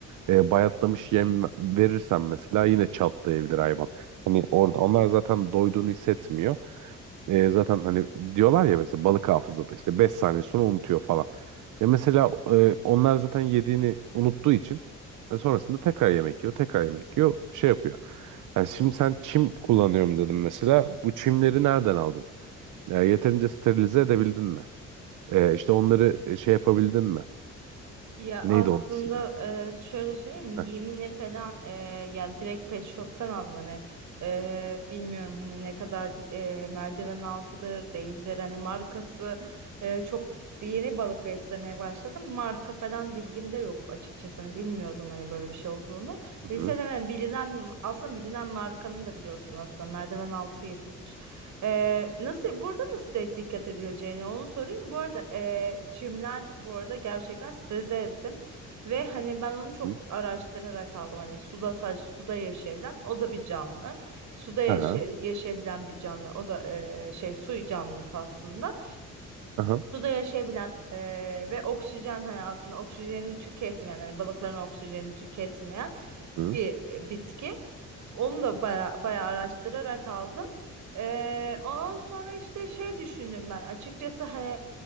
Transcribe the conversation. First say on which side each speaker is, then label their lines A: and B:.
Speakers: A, on the right (about 85°); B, on the right (about 70°).
A: E, bayatlamış yem verirsen mesela yine çatlayabilir hayvan. Hani orada onlar zaten doyduğunu hissetmiyor. E, zaten hani diyorlar ya mesela balık hafızada işte 5 saniye sonra unutuyor falan. Ya mesela e, onlar zaten yediğini unuttuğu için e, sonrasında tekrar yemek yiyor, tekrar yemek yiyor, şey yapıyor. Yani şimdi sen çim kullanıyorum dedim mesela. Bu çimleri nereden aldın? E, yeterince sterilize edebildin mi? E, işte onları e, şey yapabildin mi?
B: Ya
A: Neydi
B: aslında
A: onun ismi?
B: e, şöyle söyleyeyim
A: Heh.
B: yemine falan e, yani direkt pet shop'tan aldım hani e, bilmiyorum hani ne kadar e, merdiven altıdır değildir hani markası e, çok yeni balık beslemeye başladım marka falan bilgim de yok açıkçası hani bilmiyordum hani böyle bir şey olduğunu
A: Hı
B: bilseydim
A: hı.
B: hani bilinen aslında bilinen markanın da biliyorsun aslında merdiven altı yapılır. Ee, nasıl burada nasıl de dikkat edileceğini onu sorayım. Bu arada ee, çimler bu arada gerçekten strese ettim. Ve hani ben onu çok
A: Hı hı.
B: araştırarak aldım. Hani suda sadece suda yaşayabilen o da bir canlı. Suda yaşa-
A: Aha.
B: yaşayabilen bir canlı. O da ee, şey su canlısı aslında.
A: Aha.
B: Suda yaşayabilen ee, ve oksijen hani aslında oksijenini tüketmeyen hani balıkların oksijenini tüketmeyen
A: Hı hı.
B: bir e, bitki. Onu da bara- bayağı araştırarak aldım. Ee, ondan sonra işte şey düşündüm ben açıkçası hani